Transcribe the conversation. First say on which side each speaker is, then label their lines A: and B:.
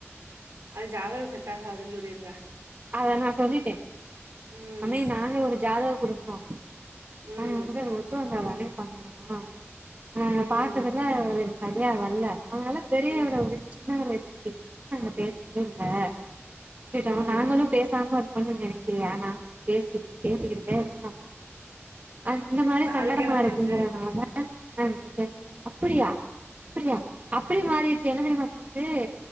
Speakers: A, on the right; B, on the right.
A: அது ஜாதக செட் டாகாதுன் சொல்லிருங்க
B: அத நா சொல்லிட்டே
A: ம்
B: அமே நாங்க ஒரு ஜாதக் குடுப் போ
A: ம்
B: ஆ அங்க அத ஒத்து வந் தாதானே பண்ணனு நா
A: ம்
B: பாத்ததுல்ல <unintelligible> யா வல்ல அதனால பெரியவட
A: ம்
B: உட்டுட்டு சின்னவர இட்டுட் <unintelligible> நாங்க பேசவே இல்ல <unintelligible>
A: ம்
B: நாங்களு பேசாம இருப்போனு நீ நனக்கிறியா நா பேசிட் பேசிக்கிட்டுதா இருக்கோ அந்த மாரி சங்கடமா
A: அதுக்கு என்ன சொன்னுச்சு
B: இருக்குங்கறனால நா விட்டுட்ட
A: ம்
B: அப்படியா அப்பிறியா அப்டி மாறிச்சி என்ன தெரியுமா சொன்னிச்சி